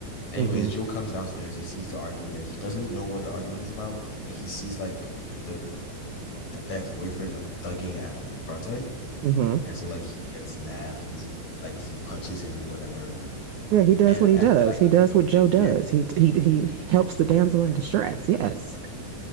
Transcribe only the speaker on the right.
Mm-hmm.
Mm-hmm.
Yeah, he does
what he
does.
He does what Joe does.
He he he helps the damsel in distress. Yes.